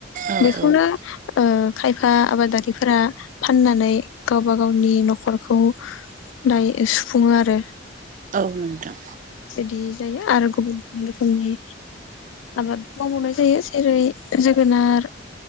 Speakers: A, on the right (about 40°); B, on the left (about 80°).
A: औ
B: बेखौनो
A: औ
B: ओ खायफा आबादारिफोरा फाननानै गावबा गावनि न'खरखौ दायो। सुफुङो आरो
A: औ नोंथां।
B: बिदि जायो आरो गुबुन गुबुन रोखोमनि आबाद मावबावनाय जायो जेरै जोगोनार